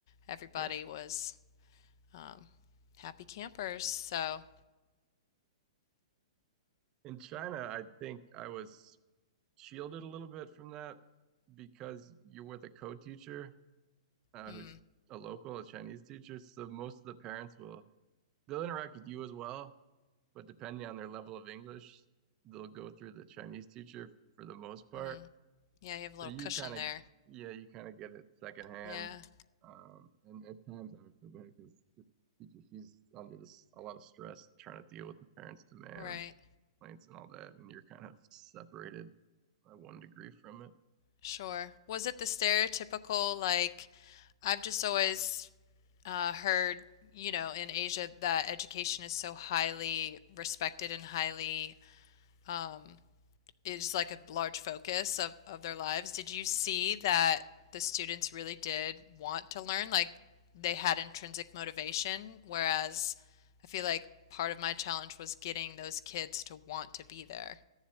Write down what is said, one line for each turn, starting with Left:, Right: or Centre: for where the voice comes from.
Left: everybody
Right: Sure.
Left: was um, happy campers. So,
Right: In China, I think I was shielded a little bit from that because you're with a co-teacher uh,
Left: mm,
Right: who's a local, a Chinese teacher. So most of the parents will they'll interact with you as well, but depending on their level of English, they'll go through the Chinese teacher for the most part.
Left: mm, yeah, you have a little
Right: So you
Left: cushion
Right: kind of
Left: there.
Right: yeah, you kind of get it secondhand.
Left: Yeah,
Right: Um, and at times I would feel bad because the teacher she's under this a lot of stress trying to deal with the parents' demands.
Left: right.
Right: complaints and all that, and you're kind of separated by one degree from it.
Left: Sure. Was it the stereotypical, like, I've just always uh, heard, you know, in Asia that education is so highly respected and highly um, is like a large focus of, of their lives. Did you see that the students really did want to learn? Like they had intrinsic motivation, whereas I feel like part of my challenge was getting those kids to want to be there.